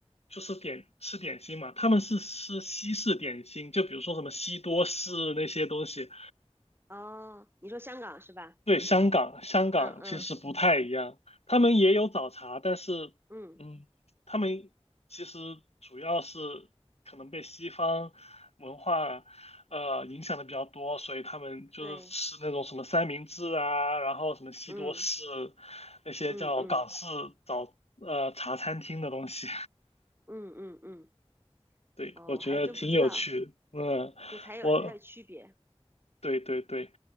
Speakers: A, on the left; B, on the right.
A: 就是点吃点心嘛，他们是吃西式点心，就比如说什么西多士那些东西，
B: 哦，你说香港是吧？
A: 对，香港，香港其实不太一样，
B: 嗯嗯
A: 他们也有早茶，但是，
B: 嗯，
A: 嗯，他们其实主要是可能被西方文化呃影响的比较多，所以他们就是吃那种什么三明治啊，
B: 对，
A: 然后什么西多士，
B: 嗯
A: 那些叫港式早呃茶餐厅的东西。
B: 嗯嗯嗯嗯嗯，
A: <laughs> 对，
B: 哦，
A: 我觉得挺有趣的。
B: 我还真不知道，
A: 嗯，
B: 就才有才有区别，
A: 我对对对，